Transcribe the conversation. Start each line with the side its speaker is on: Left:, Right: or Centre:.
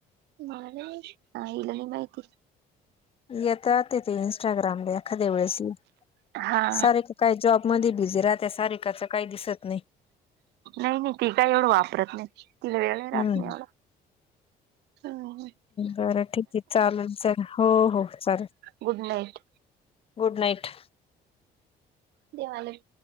Right: ती म्हणाली आईला नी माहिती.
Left: येतात ते इंस्टाग्रामले एखाद्या वेळेस येईल
Right: हा
Left: सारिका काय जॉब मधी बिझी राहते सारिकाच काही दिसत नाही.
Right: नाही नाही ती काय एवढं वापरत नाही तिला वेळ नाही राहत
Left: हम्म
Right: नाही एवढा. हा हा.
Left: बरं ठीक आहे, चालेल चल हो हो चालेल.
Right: Good night
Left: good night.
Right: देवाले